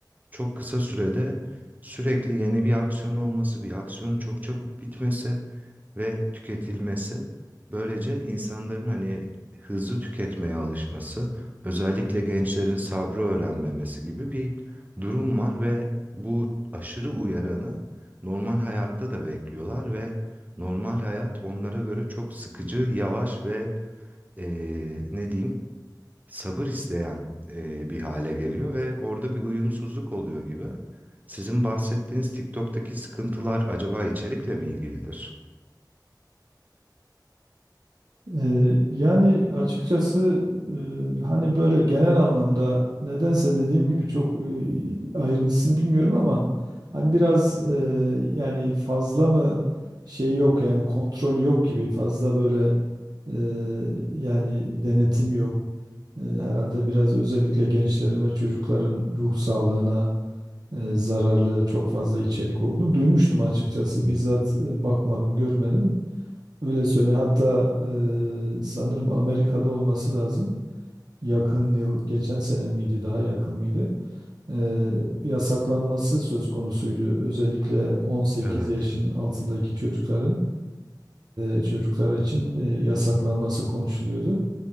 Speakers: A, on the right (about 20°); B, on the right (about 60°).
A: çok kısa sürede sürekli yeni bir aksiyon olması, bir aksiyonun çok çabuk bitmesi ve tüketilmesi. Böylece insanların hani hızlı tüketmeye alışması, özellikle gençlerin sabrı öğrenmemesi gibi bir durum var ve bu aşırı uyaranı normal hayatta da bekliyorlar ve normal hayat onlara göre çok sıkıcı, yavaş ve eee, ne diyeyim? sabır isteyen e, bir hale geliyor ve orada bir uyumsuzluk oluyor gibi. Sizin bahsettiğiniz TikTok'taki sıkıntılar acaba içerikle mi ilgilidir?
B: Ee, yani açıkçası e, hani böyle genel anlamda nedense dediğim gibi çok e, ayrıntısını bilmiyorum ama hani biraz e, yani fazla mı şey yok yani kontrol yok gibi fazla böyle e, yani denetim yok. E, herhalde biraz özellikle gençlerin ve çocukların ruh sağlığına e, zararlı çok fazla içerik olduğunu duymuştum açıkçası.
A: Hmm.
B: Bizzat e, bakmadım, görmedim. Öyle söyle. Hatta e, sanırım Amerika'da olması lazım. Yakın yıl, geçen sene miydi, daha yakın mıydı? E, yasaklanması söz konusuydu. Özellikle 18
A: Evet.
B: yaşın altındaki çocukların e, çocuklar için e, yasaklanması konuşuluyordu.